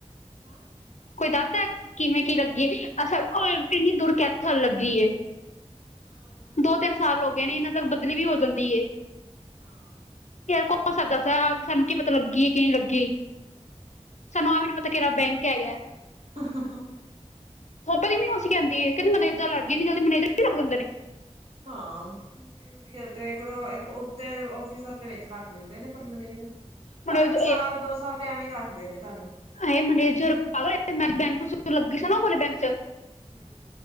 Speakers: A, on the right (about 50°); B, on the left (about 80°).
A: ਹੈਂ
B: ਕੋਈ ਦੱਸਦਾ ਕਿਵੇਂ ਕੀ ਲੱਗੀ ਅ ਇੰਨੀ ਦੂਰ ਕੈਥਲ ਲੱਗੀ
A: ਹਾਂ
B: ਦੋ ਤਿੰਨ ਸਾਲ ਹੋ ਗਏ ਨੇ ਇਹਨਾਂ ਤੱਕ ਬਦਲੀ ਵੀ ਹੋ ਜਾਂਦੀ ਐ
A: ਹਾਂ।
B: ਯਾਰ ਕੌਣ ਸਕਦਾ ਸਾ ਸਾਨੂੰ ਕੀ ਪਤਾ ਲੱਗੀ ਕਿ ਨਹੀਂ ਲੱਗੀ ਸਾਨੂੰ ਆਹ ਵੀ ਨੀ ਪਤਾ ਕਿਹੜਾ ਬੈਂਕ ਹੈਗਾ
A: <unintelligible>
B: ਪਤਾ ਨਹੀਂ ਮਾਸੀ ਕਹਿੰਦੀ ਏ ਕਹਿੰਦੀ ਮਨੇਜਰ ਲਾਗੀ ਐਨੀ ਜਲਦੀ ਮੈਨੇਜਰ ਵੀ ਲੱਗ ਜਾਂਦੇ ਨੇ
A: ਹਾਂ <unintelligible> ਇੱਕ ਉੱਤੇ ਆਫਿਸਰ ਦੇ ਵਿੱਚ ਰੱਖ ਲੈਂਦੇ ਨੇ ਪਰ ਮੈਨੇਜਰ
B: ਮੈਨੇਜਰ
A: ਹਨਾ ਤੇ ਸਾਲ ਦੋ ਸਾਲ ਤੇ ਐਵੇਂ ਹੀ ਰੱਖਦੇ ਨੇ ਤੁਹਾਨੂੰ
B: ਇਹ ਮੈਨੇਜਰ ਬੈਂਕ ਲੱਗੀ ਸੀ ਨਾ ਵਾਲੇ ਬੈਂਕ ਚ
A: ਹੂੰ